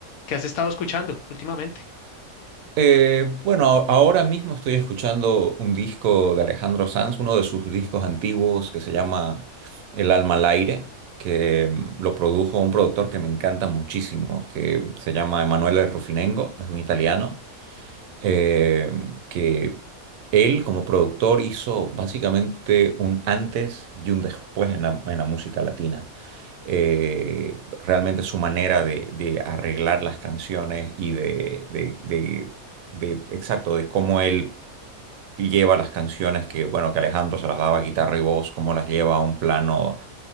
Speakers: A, on the left (about 80°); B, on the right (about 75°).
A: qué has estado escuchando últimamente.
B: Eh, bueno, a- ahora mismo estoy escuchando un disco de Alejandro Sanz, uno de sus discos antiguos que se llama El alma al aire, que mm, lo produjo un productor que me encanta muchísimo, que se llama Emanuele Rufinengo, es un italiano eh, que él como productor hizo básicamente un antes y un después en la, en la música latina. Eh, realmente su manera de, de arreglar las canciones y de, de- de- de- exacto, de cómo él lleva las canciones que, bueno, que Alejandro se las daba guitarra y voz, cómo las lleva a un plano